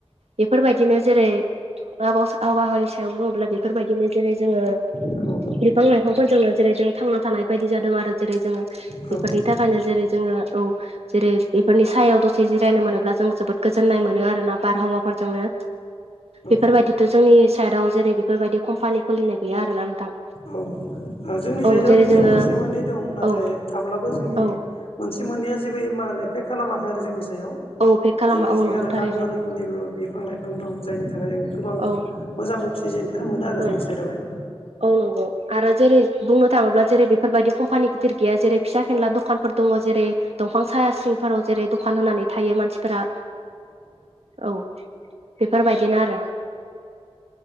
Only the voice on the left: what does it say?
औ
औ
औ
औ ओ जोंनि
साइदआव
बिदि
मोनसे मोननै दं नाथाय
थाब्लाबो जोंनि
मोनसे मोननैया जेबो मान एफेक्ट खालामाखै आरो जोंनि सायाव
जोंनिथिं
आरो
नांगौ रोखोमनिबो बिफां लाइफां दं जायनि थाखाय जों गोबां
मोजां अक्सिजेनखौनो मोनो आरो
जोंनि साइडआवहाय